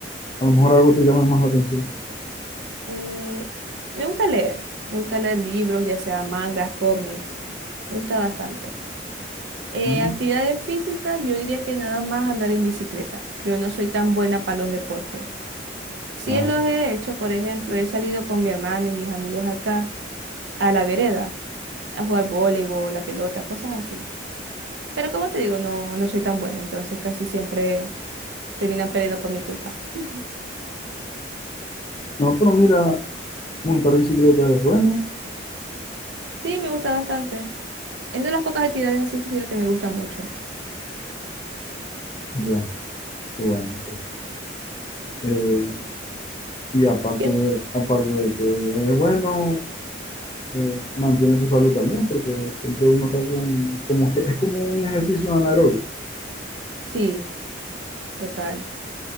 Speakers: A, on the left; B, on the right.
A: a lo mejor algo te llama más la atención.
B: Eh, me gusta leer, me gusta leer libros, ya sea mangas, cómics, me gusta bastante. Eh,
A: ¿Mm?
B: actividades físicas, yo diría que nada más andar en bicicleta. Yo no soy tan buena para los deportes. Sí
A: Ajá.
B: los he hecho, por ejemplo, he salido con mi hermano y mis amigos acá a la vereda a jugar voleibol, la pelota, cosas así. Pero como te digo, no, no soy tan buena, entonces casi siempre terminan perdiendo por mi culpa. <laughs>
A: No, pero mira, Montar bicicleta es bueno,
B: Sí, me gusta bastante. Es de las pocas actividades así físicas que me gustan mucho.
A: ya, qué bueno. Eh, y aparte
B: Que es-
A: de, aparte de que es bueno, eh, mantiene tu salud también, porque siempre uno está con, como que es como un ejercicio anaeróbico.
B: Sí, total.